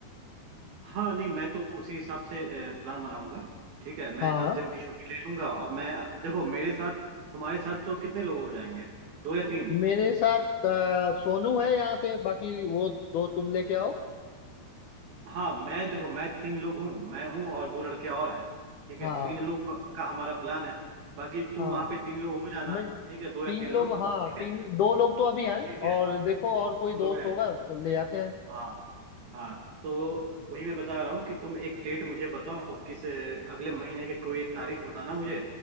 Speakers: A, on the right; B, on the left.
A: हाँ नहीं मैं तो उसी हिसाब से प्लान बनाऊंगा ठीक है मैं
B: हाँ
A: दस दिन की छुट्टी ले लूंगा और मैं देखो मेरे साथ तुम्हारे साथ तो कितने लोग हो जाएंगे दो या तीन
B: मेरे साथ अ, सोनू है यहाँ से बाकी वो दो तुम लेके आओ
A: हाँ मैं देखो मैं तीन लोग हूँ मैं हूँ और दो लड़के और हैं ठीक
B: हाँ
A: है तीन लोग का हमारा प्लान है बाकी तुम
B: हाँ
A: वहाँ पे तीन लोग हो जाना
B: मैं
A: ठीक है दो
B: तीन
A: या तीन
B: लोग
A: लोग
B: हाँ
A: ठीक
B: तीन
A: है
B: दो लोग तो अभी हैं
A: ठीक
B: और
A: है
B: देखो और
A: दो
B: कोई दोस्त
A: लोग हैं
B: होगा तो ले आते हैं
A: हाँ हाँ तो वही मैं बता रहा हूँ कि तुम एक डेट मुझे बताओ किस अगले महीने के कोई एक तारीख बताना मुझे